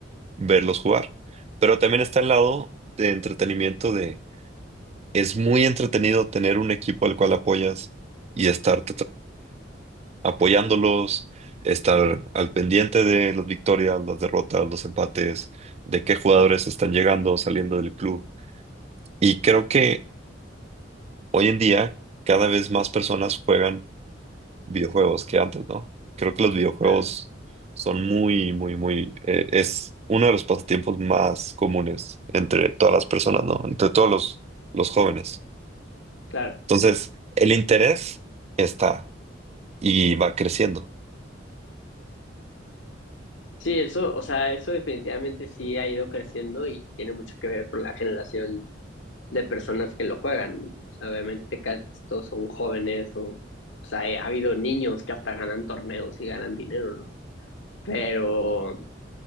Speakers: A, on the right; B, on the left.
A: verlos jugar. Pero también está el lado de entretenimiento de Es muy entretenido tener un equipo al cual apoyas y estar apoyándolos, estar al pendiente de las victorias, las derrotas, los empates, de qué jugadores están llegando, saliendo del club. Y creo que hoy en día cada vez más personas juegan videojuegos que antes, ¿no? Creo que los videojuegos
B: Claro,
A: son muy, muy, muy... eh, es uno de los pasatiempos más comunes entre todas las personas, ¿no? Entre todos los, los jóvenes.
B: claro.
A: Entonces, el interés está y va creciendo.
B: Sí, eso, o sea, eso definitivamente sí ha ido creciendo y tiene mucho que ver con la generación de personas que lo juegan. O sea, obviamente casi todos son jóvenes o, o sea, ha habido niños que hasta ganan torneos y ganan dinero, ¿no? pero